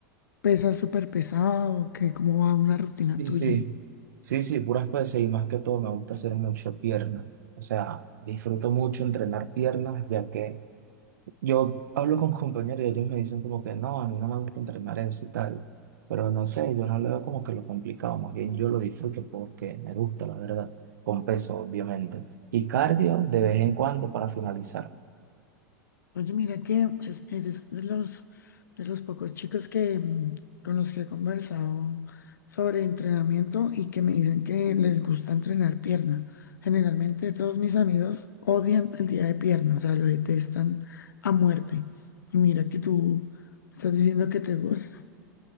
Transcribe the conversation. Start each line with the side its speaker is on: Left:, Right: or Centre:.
Left: pesas súper pesado, que cómo va una rutina
Right: Sí,
Left: tuya.
Right: sí. Sí, sí, puras pesas y más que todo me gusta hacer mucho piernas. O sea, disfruto mucho entrenar piernas, ya que yo hablo con compañeros y ellos me dicen como que no, a mí no me gusta entrenar eso y tal. Pero no sé, yo no le veo como que lo complicado, más bien yo lo disfruto porque me gusta, la verdad, con peso, obviamente. Y cardio de vez en cuando para finalizar.
Left: Oye, mira que es- eres de los, de los pocos chicos que, mm, con los que he conversado sobre entrenamiento y que me dicen que les gusta entrenar pierna. Generalmente todos mis amigos odian el día de pierna, o sea, lo detestan a muerte. Y mira que tú estás diciendo que te gusta.